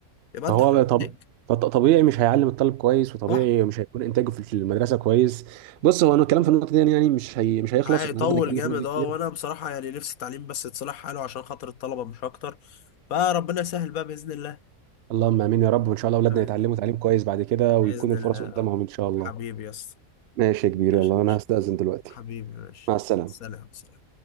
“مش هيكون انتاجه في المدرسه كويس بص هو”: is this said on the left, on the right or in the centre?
Right